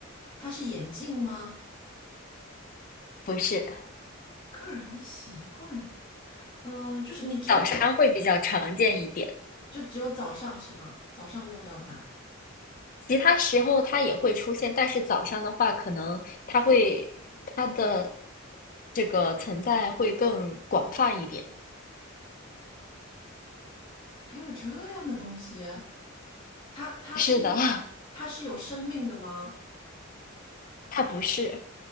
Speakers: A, on the left (about 20°); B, on the left (about 40°).
A: 它是眼镜吗？
B: 不是。
A: 个人的习惯，嗯，就是你只有早，
B: 早上会比较常见一点，
A: 就只有早上是吗？早上用到它啊，
B: 其他时候它也会出现，但是早上的话，可能它会它的这个存在会更广泛一点。
A: 还有这样的东西。它它是一它是有生命的吗？
B: 是的，<laughs> 它不是，